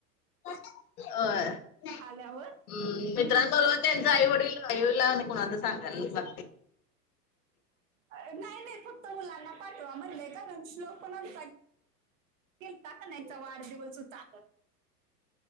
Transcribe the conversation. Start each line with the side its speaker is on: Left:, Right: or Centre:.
Left: होय, हम्म
Right: आल्यावर हम्म.
Left: मित्रांबरोबर त्यां आईवडील राहिल्या आणि कोणाला तरी सांगायलाच लागतंय.
Right: अह नाय नाय फक्त मुलांना पाठवा म्हणलंय कारण श्लोक पण आमचा गेलता क नाय तवा आठ दिवस हुता.